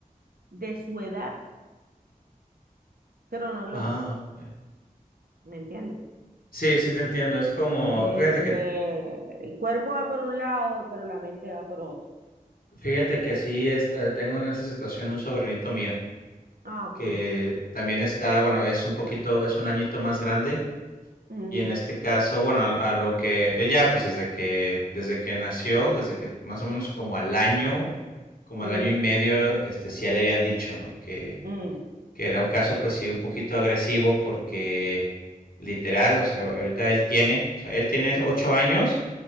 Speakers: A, on the right; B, on the left.
A: de su edad cronológica,
B: Ah, ok.
A: ¿me entiendes?
B: Sí, sí te entiendo. Es como,
A: Eh,
B: fíjate que,
A: el cuerpo va por un lado, pero la mente va por otro.
B: fíjate que así está, tengo en esa situación un sobrinito mío
A: Ah,
B: que
A: coño.
B: también está, bueno, es un poquito, es un añito más grande
A: Mm,
B: Y en este caso, bueno, a, a lo que él ya, pues desde que, desde que nació, desde que más o menos como al año, como
A: mm,
B: al año y medio, este, sí ya le habían dicho, ¿no? Que,
A: mm,
B: que era un caso, pues sí, un poquito agresivo porque literal, o sea, ahorita él tiene, o sea, él tiene ocho años,